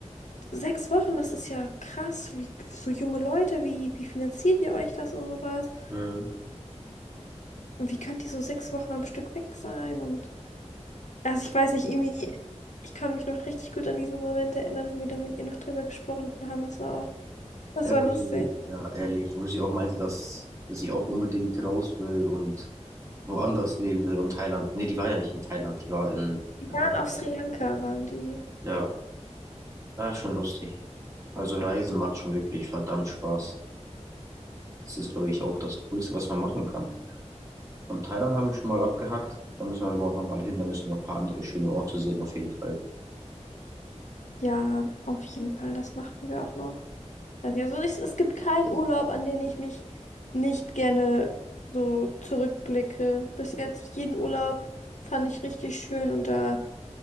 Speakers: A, on the left; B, on the right.
A: sechs Wochen, das ist ja krass, wie so junge Leute, wie, wie finanziert ihr euch das und sowas?
B: Mhm.
A: Und wie könnt ihr so sechs Wochen am Stück weg sein? Und also ich weiß nicht, irgendwie, ich kann mich noch richtig gut an diesen Moment erinnern, wo wir da mit ihr noch drüber gesprochen haben. Das war auch, das
B: Ja,
A: war
B: wo
A: lustig.
B: sie- ja, ehrlich, wo sie auch meinte, dass sie auch unbedingt raus will und woanders leben will und Thailand. Nee, die war ja nicht in Thailand, die war in,
A: Die
B: in
A: waren
B: Amsterdam.
A: auf Sri Lanka, waren die.
B: Ja, ja, schon lustig. Also Reisen macht schon wirklich verdammt Spaß. Das ist, glaube ich, auch das Coolste, was man machen kann. Und Thailand haben wir schon mal abgehakt. Da müssen wir aber auch noch mal hin. Da müssen noch ein paar andere schöne Orte sehen, auf jeden Fall. <laughs>
A: Ja, auf jeden Fall, das machen wir auch noch. Also ja, so ist- es gibt keinen Urlaub, an den ich mich nicht gerne so zurückblicke. Bis jetzt jeden Urlaub fand ich richtig schön und da